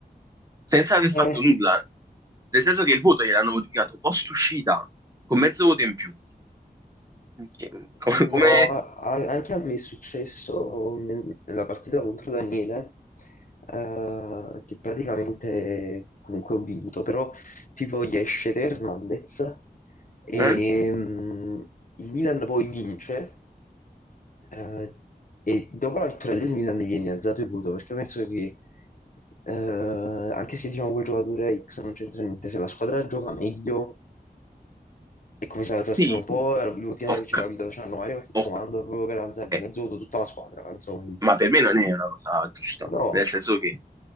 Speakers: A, on the right; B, on the left.
A: senza aver fatto
B: Eh,
A: nulla. Nel senso che il voto gliel'hanno modificato post uscita, con mezzo voto in più. Che- Come...
B: no,
A: come-
B: a- a- anche a me è successo nel- nella partita contro Daniele, eh, che praticamente comunque ho vinto, però tipo gli esce Hernandez e
A: eh?
B: mm, il Milan poi vince Eh, e dopo la vittoria del Milan mi viene alzato il voto perché penso che eh, anche se diciamo quel giocatore X non c'entra niente, se la squadra gioca meglio è come se alzassero
A: Sì,
B: un po' l'ultima
A: ok,
B: che c'è capito, c'hanno Mario che
A: ok,
B: comando proprio per alzare di
A: Eh,
B: mezzo voto tutta la squadra, insomma.
A: ma per me non è una cosa giusta,
B: No,
A: nel senso che